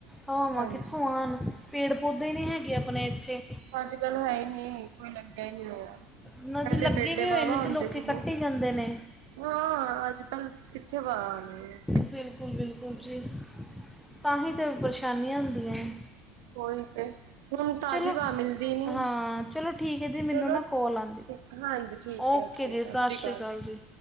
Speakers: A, in the centre; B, on the right (about 75°).
A: ਹਵਾਵਾਂ
B: ਹਾਂਜੀ
A: ਕਿੱਥੋਂ ਆਣ ਪੇੜ ਪੌਦੇ ਨੀ ਹੈਗੇ ਆਪਣੇ ਏਥੇ
B: ਅੱਜ-ਕੱਲ ਹੈ ਈ ਨੀ ਕੋਈ ਲੱਗਿਆ ਈ ਹੋਯਾ
A: ਨਾ ਜੀ
B: ਪੈਲੇ
A: ਲੱਗੇ
B: ਪੇਡੇ
A: ਵੀ ਹੋਏ
B: ਵਾਹ
A: ਨੇ
B: ਵਾ
A: ਤੇ
B: ਹੁੰਦੇ
A: ਲੋਕੀ
B: ਸੀਗੇ
A: ਕੱਟੀ ਜਾਂਦੇ ਨੇ
B: ਹਾਂ ਅੱਜ-ਕੱਲ ਕਿੱਥੇ ਵਾ ਆਣੀ ਏ।
A: ਬਿਲਕੁਲ-ਬਿਲਕੁਲ ਜੀ ਤਾਂਹੀ ਤੇ ਪਰੇਸ਼ਾਨੀਆਂ ਹੁੰਦੀਆਂ ਐ
B: ਉਹੀ ਤੇ ਹੁਣ ਤਾਜ਼ੀ
A: ਚਲੋ,
B: ਹਵਾ ਮਿਲਦੀ ਨੀ
A: ਹਾਂ ਚਲੋ ਠੀਕ ਐ ਦੀ
B: ਚਲੋ
A: ਮੈਨੂੰ ਨਾ ਕੋਲ ਆਂਦੀ
B: ਹਾਂਜੀ ਠੀਕ
A: ਓਕੇ
B: ਹੈ
A: ਜੀ
B: ਸਤਿ
A: ਸਾਸ
B: ਸ਼੍ਰੀ ਅਕਾਲ।
A: ਸ੍ਰੀ ਕਾਲ ਜੀ।